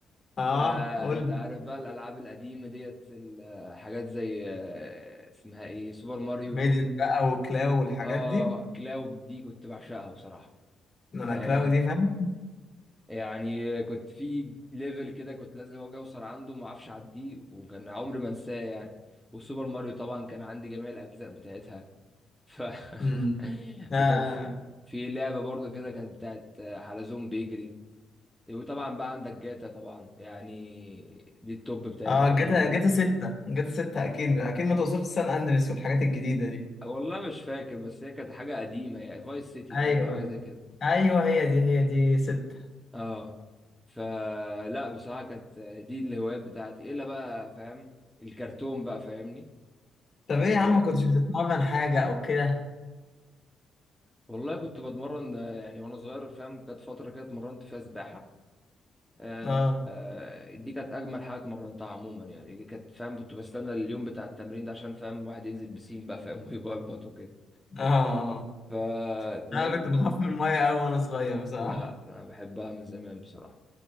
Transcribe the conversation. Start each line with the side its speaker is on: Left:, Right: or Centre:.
Left: اه
Centre: فانت
Left: قول لي.
Centre: عارف بقى الالعاب القديمه ديت الحاجات زي آه اسمها ايه سوبر ماريو
Left: ميدل بقى وكلاو والحاجات
Centre: اه
Left: دي
Centre: كلاود دي كنت بعشقها بصراحه
Left: إن
Centre: فاهم
Left: انا كلاو دي فاهم
Centre: يعني كنت في ليفل كده كنت لازم اجي اوصل عنده ما اعرفش اعديه وكان عمري ما انساه يعني وسوبر ماريو طبعا كان عندي جميع الاجزاء بتاعتها ف
Left: امم
Centre: <laughs>
Left: اه
Centre: وكان في في لعبه برضو كده كانت بتاعت حلزون بيجري وطبعا بقى عندك جاتا طبعا يعني دي التوب بتاعتهم
Left: اه جاتا
Centre: كلهم
Left: جاتا ستة جاتا ستة اكيد اكيد ما توصلش سان اندريس والحاجات الجديدة دي
Centre: والله مش فاكر بس هي كانت حاجه قديمه يعني فايس سيتي
Left: ايوه
Centre: باين أو حاجه
Left: ايوه
Centre: زي كده
Left: ايوه هي دي هي دي ستة
Centre: اه فلا بصراحه كانت دي الهوايات بتاعتي الا بقى فاهم الكرتون بقى فاهمني
Left: طب
Centre: ال...
Left: ايه يا عم كنتش بتتمرن حاجة او كده
Centre: والله كنت بتمرن آه، يعني وانا صغير فاهم كانت فتره كده اتمرنت فيها سباحه آه،
Left: اه
Centre: آه، دي كانت اجمل حاجه اتمرنتها عموما يعني دي كانت فاهم كنت بستنى اليوم بتاع التمرين ده عشان فاهم الواحد ينزل بسين بقى فاهم ويبلبط وكده
Left: اه آه.
Centre: <laughs> فاتمرنت
Left: انا كنت بخاف من الميه قوي وانا صغير بصراحه
Centre: لا انا بحبها من زمان بصراحه